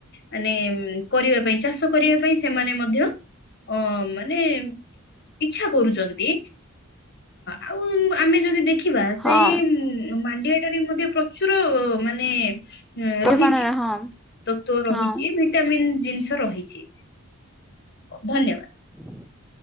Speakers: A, on the left; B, in the centre.
A: ମାନେ ଉଁ କରିବା ପାଇଁ ଚାଷ କରିବା ପାଇଁ ସେମାନେ ମଧ୍ୟ ମଧ୍ଯ ଅ ମାନେ ଇଚ୍ଛା କରୁଛନ୍ତି ଆଉ ଆମେ ଯଦି ଦେଖିବା ସେଇ
B: ହଁ
A: ମ ମାଣ୍ଡିଆଟାରେ ମଧ୍ୟ ପ୍ରଚୁର ମାନେ ହଁ
B: ପରିମାଣରେ
A: ରହିଛି
B: ହଁ
A: ତତ୍ଵ ରହିଚି
B: ହଁ।
A: ଭିଟାମିନ୍ ଜିନିଷ ରହିଛି ଧନ୍ୟବାଦ୍।
B: <inaudible>